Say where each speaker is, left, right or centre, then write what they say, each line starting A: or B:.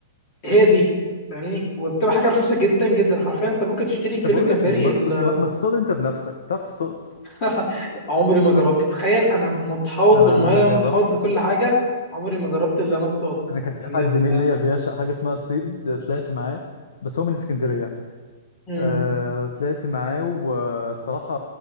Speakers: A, on the left (about 25°); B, on the left (about 80°).
A: هي دي فاهمني وبتبقى حاجه رخيصه جدا جدا حرفيا انت ممكن تشتري كيلو
B: طب بقول
A: الجمبري
B: لك ايه ما,
A: ال-
B: تص... ما... ما تصطاد انت بنفسك تعرف تصطاد
A: <laughs> عمري ما جربت تخيل انا متحوط
B: انا
A: بالميه
B: انا جربت
A: متحوط بكل حاجه عمري ما جربت اللي انا اصطاد
B: انا كان في
A: اللي
B: حد
A: ال-
B: زميل ليا بيعشق حاجه اسمها الصيد طلعت معاه بس هو من اسكندريه
A: مم.
B: أه طلعت معاه والصراحه